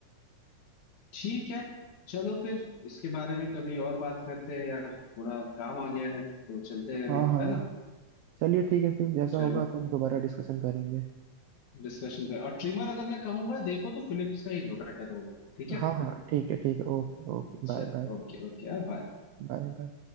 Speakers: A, on the left; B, on the right.
A: ठीक है चलो फिर इसके बारे में कभी और बात करते हैं यार थोड़ा काम आ गया है तो चलते हैं अभी
B: हाँ हाँ
A: है
B: हाँ।
A: ना
B: चलिए ठीक है फिर जैसा
A: चलो
B: होगा अपन दोबारा डिस्कशन करेंगे
A: डिस्कशन पे और ट्रिमर अगर मैं कहूंगा देखो तो फिलिप्स का ही लो बेटर होगा ठीक है
B: हाँ हाँ ठीक है ठीक है okay okay bye
A: चल
B: bye
A: ओके ओके बाय।
B: Bye bye